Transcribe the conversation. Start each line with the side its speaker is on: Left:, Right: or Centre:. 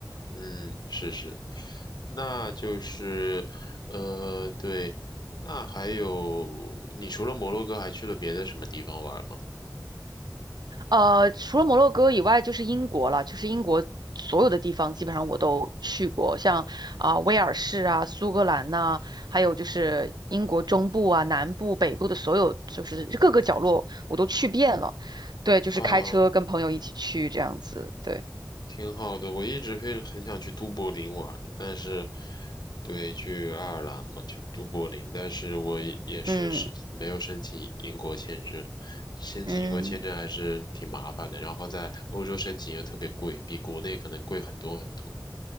Left: 嗯，是是，那就是，呃，对，那还有，你除了摩洛哥还去了别的什么地方玩吗？
Right: 呃，除了摩洛哥以外，就是英国了，就是英国所有的地方基本上我都去过，像啊、威尔士啊、苏格兰呐、还有就是英国中部啊、南部、北部的所有，就是各个角落我都去遍了。对，就是开车跟朋友一起去这样子。
Left: 啊，
Right: 对，
Left: 挺好的，我一直非很想去都柏林玩，但是，对，去爱尔兰嘛，去都柏林，但是我也也是是没有申请英国签证，
Right: 嗯
Left: 申请英国签证还是挺麻烦的，
Right: 嗯，
Left: 然后在欧洲申请又特别贵，比国内可能贵很多很多。